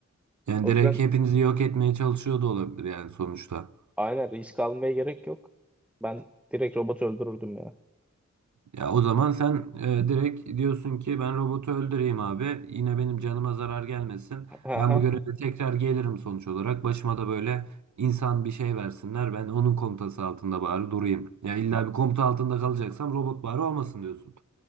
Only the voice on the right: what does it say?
Yani
direkt
hepinizi yok etmeye çalışıyor da olabilir yani sonuçta.
Ya o zaman sen e, direkt diyorsun ki ben robotu öldüreyim abi. Yine benim canıma zarar gelmesin.
Ben
bu göreve tekrar gelirim sonuç olarak. Başıma da böyle insan bir şey versinler. Ben onun komutası altında bari durayım. Ya illa
bir komuta altında kalacaksam robot bari olmasın diyorsun.